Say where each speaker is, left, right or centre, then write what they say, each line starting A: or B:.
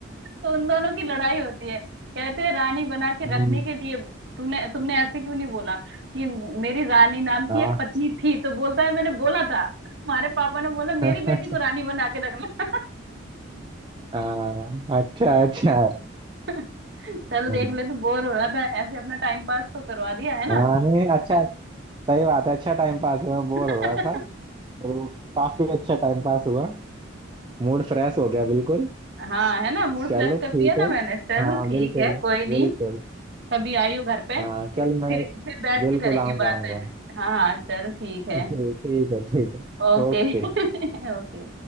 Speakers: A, on the right; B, on the right.
A: तो उन दोनों की लड़ाई होती है कहते हैं रानी बना के
B: हम्म
A: रखने के लिए तूने तुमने ऐसे क्यों नहीं बोला कि मेरी रानी नाम की
B: हाँ
A: एक पत्नी थी तो बोलता है मैंने बोला था तुम्हारे पापा ने बोला मेरी
B: <laughs>
A: बेटी को रानी बना के रखना
B: हाँ अच्छा अच्छा है
A: <laughs> चल
B: हम्म,
A: देख ले तू बोर हो रहा था ऐसे अपना टाइम पास तो करवा दिया है ना
B: हाँ नहीं अच्छा सही बात है अच्छा टाइम पास हुआ बोर
A: <laughs>
B: हो रहा था तो काफी अच्छा टाइम पास हुआ मूड फ्रेश हो गया बिल्कुल
A: हाँ है ना मूड
B: चलो
A: फ्रेश
B: ठीक
A: कर दिया ना
B: है
A: मैंने चल
B: हाँ
A: ठीक
B: बिल्कुल
A: है कोई नहीं
B: बिल्कुल
A: कभी आई हो घर पे
B: हाँ
A: फिर
B: चल मैं
A: फिर फिर बैठ
B: बिल्कुल
A: के करेंगे
B: आऊंगा
A: बातें
B: आऊंगा
A: हाँ हाँ चल ठीक है
B: ठीक ठीक है ठीक है
A: Okay
B: ओके
A: <laughs> okay